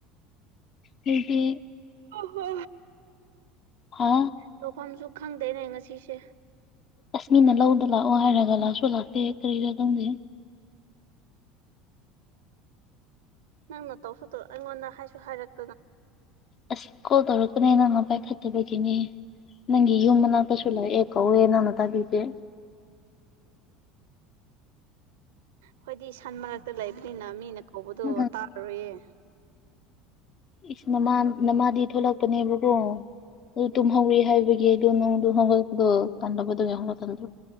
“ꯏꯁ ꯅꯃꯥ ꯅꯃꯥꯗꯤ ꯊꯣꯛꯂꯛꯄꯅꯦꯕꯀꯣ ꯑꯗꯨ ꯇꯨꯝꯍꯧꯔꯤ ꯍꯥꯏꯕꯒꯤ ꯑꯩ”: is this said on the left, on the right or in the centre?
Left